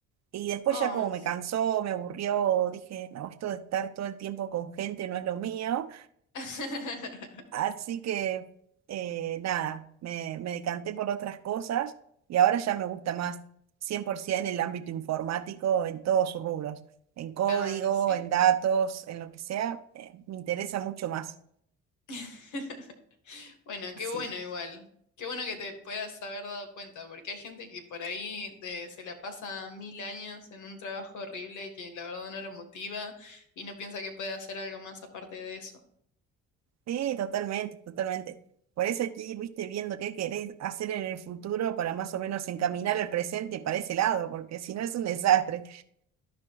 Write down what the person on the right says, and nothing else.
Y después
ya como me cansó, me aburrió, dije, no, esto de estar todo el tiempo con gente no es lo mío.
Así que eh, nada, me, me decanté por otras cosas y ahora ya me gusta más cien por ciento en el ámbito informático en todos sus rubros, en código,
en datos, en lo que sea, eh, me interesa mucho más.
Sí,
sí, totalmente, totalmente. Por eso hay que ir, viste, viendo qué querés hacer en el futuro para más o menos encaminar el presente para ese lado, porque si no es un desastre.